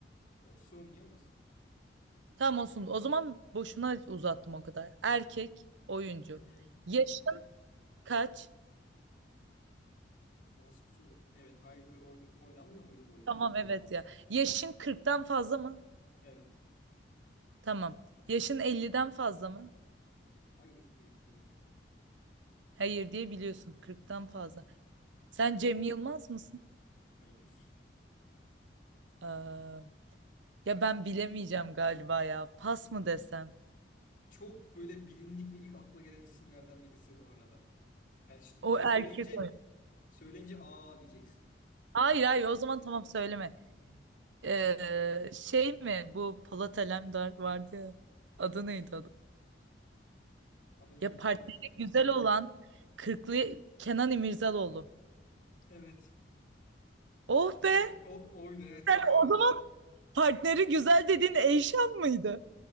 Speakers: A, on the left; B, on the right.
A: Olsun niye olmasın?
B: Tamam olsun. O zaman boşuna uzattım o kadar. Erkek oyuncu.
A: Hı hı.
B: Yaşın
A: Hı hı.
B: kaç?
A: Bu Nasıl bir soru? Evet hayırlı o- oynanmıyor muydu bu oyun?
B: Tamam evet ya. Yaşın kırktan fazla mı?
A: Evet.
B: Tamam. Yaşın 50'den fazla mı?
A: Hayır diye biliyorum.
B: Hayır diye biliyorsun. Kırktan fazla. Sen Cem Yılmaz mısın?
A: Hayır.
B: Ee, ya ben bilemeyeceğim galiba ya. Pas mı desem?
A: Çok böyle bilindik ve ilk akla gelen isimlerden birisi bu arada. Yani ş-
B: O
A: du
B: erkek
A: söyleyince
B: oyuncu.
A: söyleyince aa diyeceksin.
B: Hayır hayır o zaman tamam söyleme. Ee, şey mi bu Polat Alemdar vardı ya. Adı
A: Hayır.
B: neydi adı?
A: Adını
B: Ya
A: bilmiyorum
B: partneri
A: ben de.
B: güzel olan kırklı Kenan İmirzalıoğlu.
A: Evet.
B: Oh
A: Gerçekten
B: be!
A: o oydu evet
B: Sen
A: bravo.
B: o zaman partneri güzel dediğin Eyşan mıydı?